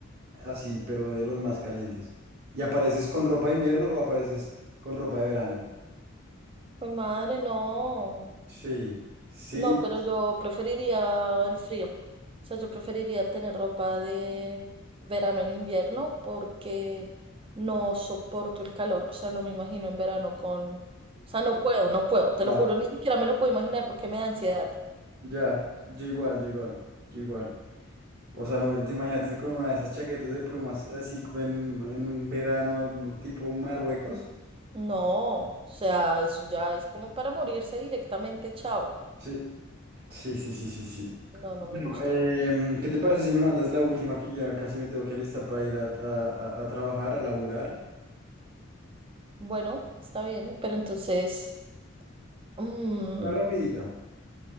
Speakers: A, on the right; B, on the right.
A: así, pero de los más calientes. ¿Y apareces con ropa de invierno o apareces con ropa de verano?
B: Pues madre, no.
A: Sí, sí,
B: No, pero yo preferiría el frío. O sea, yo preferiría tener ropa de verano en invierno porque no soporto el calor. O sea, no me imagino en verano con... O sea, no puedo, no puedo. Te
A: ya,
B: lo juro, ni siquiera me lo puedo imaginar porque me da ansiedad.
A: ya, yo igual, yo igual, yo igual. O sea, no, me- te imagínate con una de esas chaquetas de plumas así en, en un verano tipo Marruecos.
B: No, o sea, eso ya es como para morirse directamente, chao.
A: Sí, sí, sí, sí, sí, sí.
B: No,
A: Bueno,
B: no me gusta,
A: em,
B: no.
A: ¿qué te parece si me mandas la última que ya casi me tengo que alistar para ir a, a- a- a trabajar, a laburar?
B: Bueno, está bien, pero entonces... mm,
A: Una rapidita.